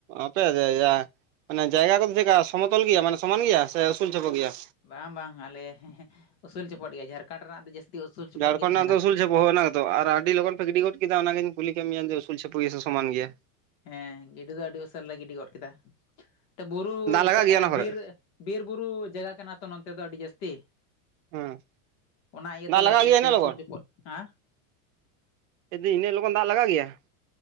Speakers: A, on the right; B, on the left.
A: ᱟᱯᱮᱭᱟᱜ <unintelligible> ᱢᱟᱱᱮ ᱡᱟᱭᱜᱟ ᱠᱚ ᱫᱚ ᱪᱫᱠᱟ ᱥᱚᱢᱚᱛᱚᱞ ᱜᱮᱭᱟ ᱢᱟᱱᱮ ᱥᱚᱢᱟᱱ ᱜᱮᱭᱟ ᱥᱮ ᱩᱥᱩᱞ ᱪᱷᱮᱯᱚ ᱜᱮᱭᱟ
B: ᱵᱟᱝ ᱵᱟᱝ ᱟᱞᱮ ᱩᱥᱩᱞ ᱪᱷᱮᱯᱚᱫ ᱜᱮᱭᱟ ᱡᱷᱟᱲᱠᱷᱟᱸᱰ ᱨᱮᱱᱟᱜ ᱫᱚ ᱡᱟᱹᱥᱛᱤ ᱩᱥᱩᱞ ᱪᱚᱯᱚᱫ
A: ᱡᱷᱟᱲᱠᱷᱚᱸᱰ
B: ᱜᱮ ᱛᱟᱦᱮᱱᱟ
A: ᱨᱮᱱᱟᱜ ᱫᱚ ᱩᱥᱩᱞ ᱪᱷᱮᱯ ᱦᱳᱭ ᱚᱱᱟ ᱜᱮ ᱛᱚ ᱟᱨ ᱟᱹᱰᱤ ᱞᱚᱜᱚᱱ ᱯᱮ ᱜᱤᱰᱤ ᱜᱚᱫ ᱠᱮᱫᱟ ᱚᱱᱟᱜᱤᱧ ᱠᱩᱞᱤ ᱠᱮᱫ ᱢᱮᱭᱟ ᱡᱮ ᱩᱥᱩᱞ ᱪᱷᱮᱯᱚ ᱜᱮᱭᱟ ᱥᱮ ᱥᱚᱢᱟᱱ ᱜᱮᱭᱟ
B: ᱦᱮᱸ ᱜᱤᱰᱤ ᱫᱚ ᱟᱹᱰᱤ ᱩᱥᱟᱞ ᱞᱮ ᱜᱤᱰᱤ ᱜᱚᱫ ᱠᱮᱫᱟ ᱛᱮ ᱵᱩᱨᱩ
A: ᱞᱟᱜᱟᱜ
B: ᱫᱟᱜ....
A: ᱜᱮᱭᱟ ᱚᱱᱟ ᱠᱚᱨᱮ
B: ᱵᱤᱨ, ᱵᱤᱨ ᱵᱩᱨᱩ ᱡᱟᱭᱜᱟ ᱠᱟᱱᱟ ᱛᱚ ᱱᱚᱛᱮ ᱫᱚ ᱟᱹᱰᱤ ᱡᱟᱹᱥᱛᱤ
A: ᱦᱮᱸ
B: ᱚᱱᱟ ᱤᱭᱟᱹ
A: ᱫᱟᱜ
B: ᱛᱮ
A: ᱞᱟᱜᱟᱜ
B: ᱡᱟᱹᱥᱛᱤ
A: ᱜᱮᱭᱟ ᱤᱱᱟᱹᱜ
B: ᱩᱥᱩᱞ
A: ᱞᱚᱜᱚᱱ
B: ᱪᱚᱯᱚᱫ ᱦᱟᱸ
A: ᱞᱮ ᱫᱤᱧ ᱤᱱᱟᱹᱜ ᱞᱚᱜᱚᱱ ᱫᱟᱜ ᱞᱟᱜᱟᱜ ᱜᱮᱭᱟ